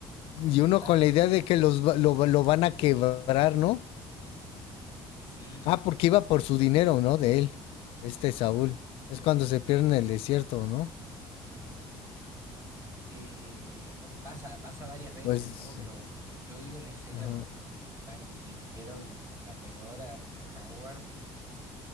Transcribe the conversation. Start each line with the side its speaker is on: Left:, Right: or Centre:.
Right: molestarlo.
Left: y uno con la idea de que los lo, lo van a quebrar, ¿no?
Right: Sí,
Left: Ah, porque iba por su dinero, ¿no? De él, este Saúl. Es cuando se pierde en el desierto, ¿no?
Right: eh, pasa, pasa varias veces,
Left: Pues.
Right: ¿no? Pero yo, yo digo la escena
Left: ajá.
Right: cuando que están, le hicieron la peor a, a Howard, que,